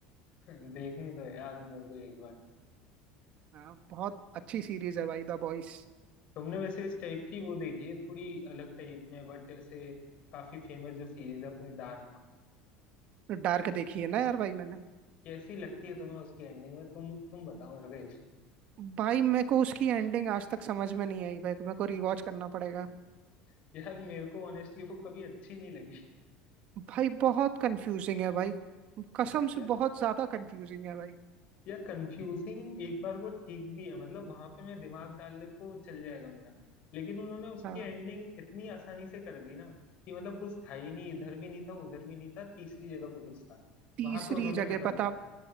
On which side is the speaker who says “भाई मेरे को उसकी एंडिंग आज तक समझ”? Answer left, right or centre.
Right